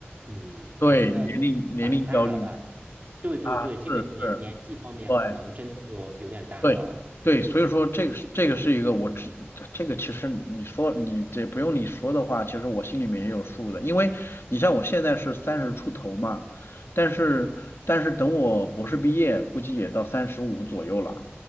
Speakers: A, on the right; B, on the left.
A: 嗯，
B: 对，
A: 我觉得应蛮大了吧？
B: 年龄年龄焦虑
A: 对对对，
B: 啊，
A: 这个年年纪方面可能真的就有点大了。
B: 是是，对。对对，所以说这个是这个是一个我知这个其实你说你这不用你说的话，其实我心里面也有数的，因为你像我现在是三十出头嘛，但是但是等我博士毕业，估计也到三十五左右了，